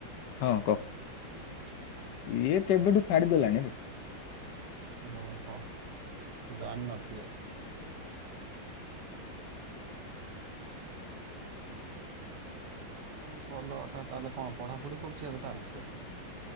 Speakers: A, on the left (about 70°); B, on the right (about 60°).
A: ହଁ କ।
B: <inaudible>
A: ଇଏ କେବେଠୁ ଛାଡ଼ିଦେଲାଣିରେ।
B: ହଁ ହ ଜାଣି ନଥିଲି ଏ। ହ <inaudible> ଆଉ ପୁଣି ସୋଲ ଅଥା ତାହେଲେ କଣ ପଢ଼ାପଢ଼ି କରୁଚି ଏବେ ତାହେଲେ ସିଏ?